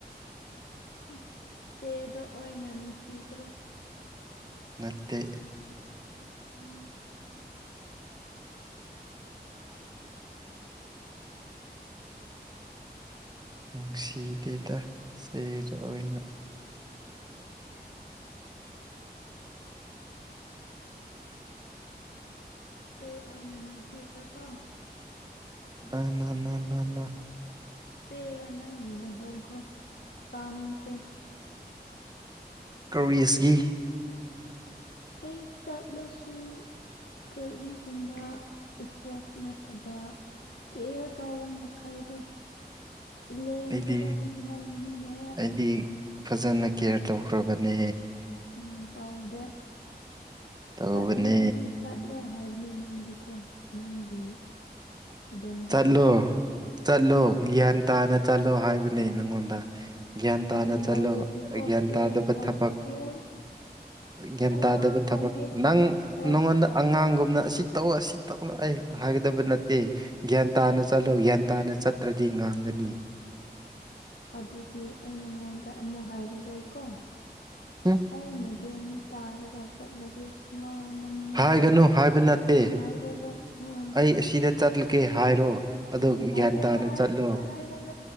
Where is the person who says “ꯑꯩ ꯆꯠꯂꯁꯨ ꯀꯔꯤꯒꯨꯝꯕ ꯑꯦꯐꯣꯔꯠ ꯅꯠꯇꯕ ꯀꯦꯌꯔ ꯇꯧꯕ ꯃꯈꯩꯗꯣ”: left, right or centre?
Left